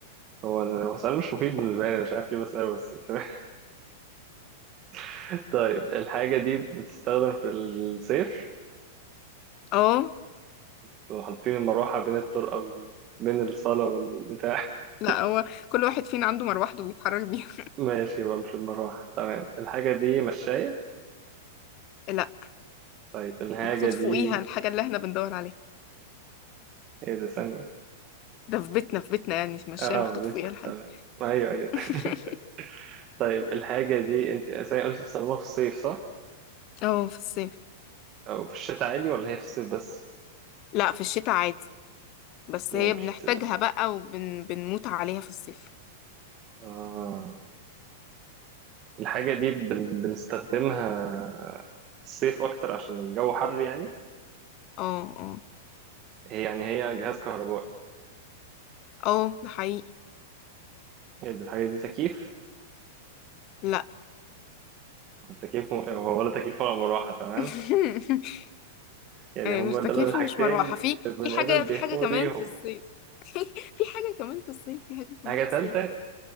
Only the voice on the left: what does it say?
<laughs> اه
لا هو كل واحد فينا عنده مروحته بيتحرك بيها
<laughs> لا
محطوط
فوقيها الحاجة اللي احنا بندور عليها
ده في بيتنا في بيتنا يعني المشاية
محطوط
فوقيها الحاجة
<laughs>
اه في الصيف
لا في الشتاء عادي بس
هي
بنحتاجها بقى وبنموت عليها في الصيف
اه اه
اه ده حقيقي
لا
<laughs>
آه،
مش تكييف
ومش مروحة
في
في حاجة
في
حاجة كمان
في الصيف <laughs> في حاجة كمان في الصيف في حاجة كمان
في
الصيف